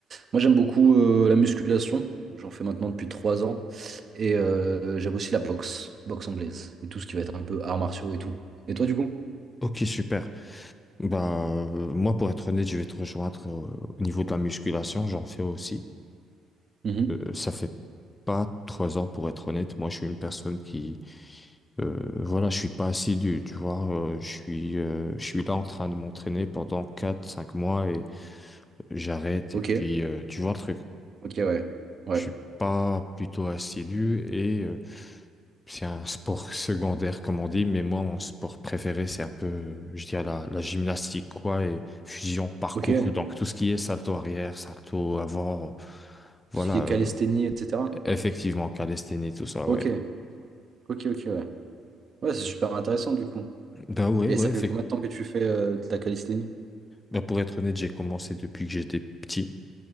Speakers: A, on the right; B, on the left.
A: moi, j'aime beaucoup euh, la musculation. J'en fais maintenant depuis trois ans. Et euh, j'aime aussi la boxe, boxe anglaise et tout ce qui va être un peu arts martiaux et tout. Et toi, du coup?
B: Ok, super. Bah, euh, moi, pour être honnête, je vais te rejoindre euh, au niveau de la musculation, j'en fais aussi.
A: Mhm.
B: Euh, ça fait pas trois ans, pour être honnête, moi, je suis une personne qui Euh, voilà, je suis pas assidu, tu vois. euh, je suis, euh, je suis là en train de m'entraîner pendant quatre cinq mois et j'arrête.
A: Ok,
B: Et puis, euh, tu vois le truc.
A: ok, ouais. Ouais,
B: Je suis pas plutôt assidu et euh, c'est un sport <laughs> secondaire, comme on dit. Mais moi, mon sport préféré, c'est un peu, euh, je dirais, la, la gymnastique, quoi, et fusion parcours.
A: ok.
B: Donc, tout ce qui est salto arrière, salto avant. Voilà,
A: Tout ce qui est
B: euh,
A: calisthénie, etc.
B: effectivement, calisthénie, tout ça,
A: Ok,
B: ouais.
A: ok, ok, ouais. Ouais, c'est super intéressant, du coup.
B: Bah ouais,
A: Et
B: ouais,
A: ça fait
B: effec-
A: combien de temps que tu fais euh, de la calisthénie?
B: bah, pour être honnête, j'ai commencé depuis que j'étais petit.